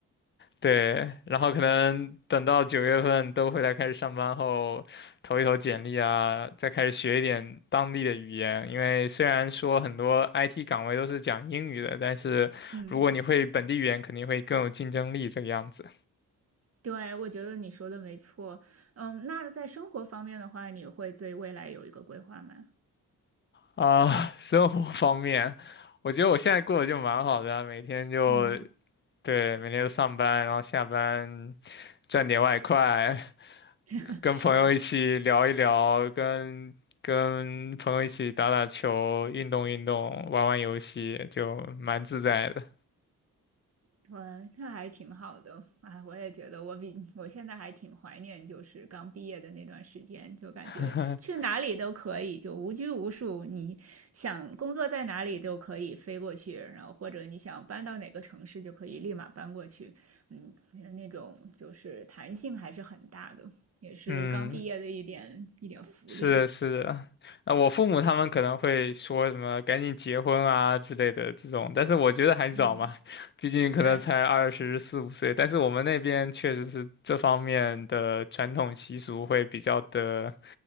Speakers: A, on the left; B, on the right.
A: 对，然后可能等到九月份都回来开始上班后，投一投简历啊，再开始学一点当地的语言。因为虽然说很多 IT 岗位都是讲英语的，但是如果你会本地语言，
B: 嗯，
A: 肯定会更有竞争力这个样子。
B: 对，我觉得你说的没错。嗯，那在生活方面的话，你会对未来有一个规划吗？
A: 啊、生活方面，我觉得我现在过得就蛮好的啊每天就
B: 嗯，
A: 对，每天就上班，然后下班赚点外快，
B: <laughs>
A: 跟朋友一起聊一聊，
B: 是的，
A: 跟跟朋友一起打打球，运动运动，玩玩游戏，就蛮自在的。
B: 对，那还挺好的。哎，我也觉得我比我现在还挺怀念，就是刚毕业的那段时间，就感觉去哪里都可以，
A: <laughs>
B: 就无拘无束。你想工作在哪里都可以飞过去，然后或者你想搬到哪个城市就可以立马搬过去。嗯，那种就是弹性还是很大的，也是刚毕业的一点一点福利。
A: 嗯，是的，是的。那我父母他们可能会说什么“赶紧结婚啊”之类的这种，但是我觉得还早嘛，
B: 嗯，
A: <laughs> 毕竟可能才二十四五岁。
B: 对，
A: 但是我们那边确实是这方面的传统习俗会比较的。